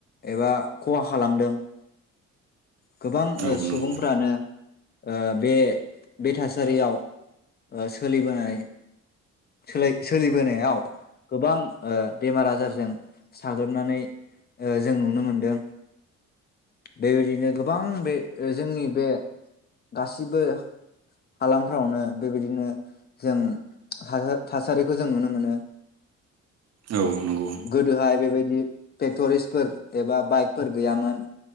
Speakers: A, on the left; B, on the right.
A: एबा खहा खालामदों। गोबां ओ
B: औ
A: सुबुंफ्रानो
B: नंगौ
A: ओ बे बे थासारियाव ओ सोलिबोनाय बोलाय सोलिबोनायाव गोबां ओ बेमार आजारजों साग्लोबनानै ओ जों नुनो मोनदों बेबायदिनो गोबां बे ओ जोंनि बे गासिबो हालामफ्रावनो बेबायदिनो जों थासा थासारिखौ जों नुनो मोनो।
B: औ नंगौ
A: गोदोहाय बेबायदि पेक्टरिस्टफोर एबा बाइकफोर गैयामोन